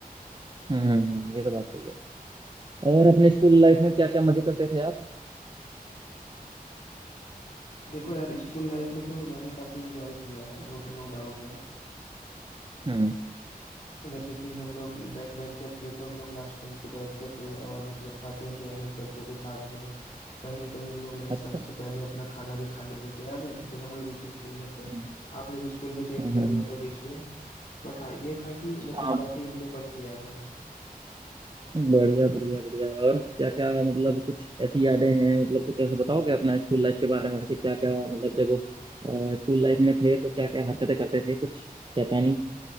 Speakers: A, on the right (about 30°); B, on the left (about 50°).
A: हम्म हम्म, हम्म, ये तो बात सही है और अपने स्कूल लाइफ में क्या क्या मजे करते थे आप
B: देखो यार स्कूल लाइफ में तो मैंने काफ़ी इंजॉय किया है वो तो नो डाउट है
A: हम्म
B: जैसे कि हम लोग बैक बेंचर थे तो हम लोग लास्ट बेंच पे बैठते थे और मतलब काफी इंजॉयमेंट करते थे साथ में कहीं ना कहीं हम लोग लंच
A: अच्छा
B: टाइम से पहले अपना खाना भी खा लेते थे याद है जब हम लोग एक ही स्कूल में थे
A: हम्म
B: आपने तो स्कूल भी चेंज
A: हम्म
B: कर
A: हम्म,
B: लिया
A: हम्म,
B: था बीच में बट हाँ ये था कि मतलब
A: हाँ
B: काफी हमने फन किया था
A: बढ़िया बढ़िया बढ़िया और क्या क्या मतलब कुछ ऐसी यादें हैं मतलब कुछ ऐसे बताओगे अपना स्कूल लाइफ के बारे में कि क्या क्या मतलब जब अ, स्कूल लाइफ में थे तो क्या क्या हरकतें करते थे कुछ शैतानी